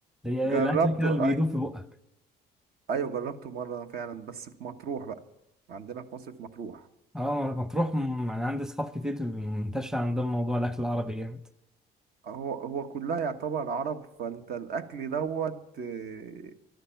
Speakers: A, in the centre; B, on the right.
A: هي إيه
B: جربته
A: الأكل كده اللي بيدوب
B: أي...
A: في بقك
B: ايوه جربته مره فعلا بس في مطروح بقى عندنا في مصر في مطروح
A: اه لما تروح م- يعني عندي أصحاب كتير منتشر عندهم موضوع الأكل العربي جامد
B: هو هو كلها يعتبر عرب فانت الاكل دوت آه،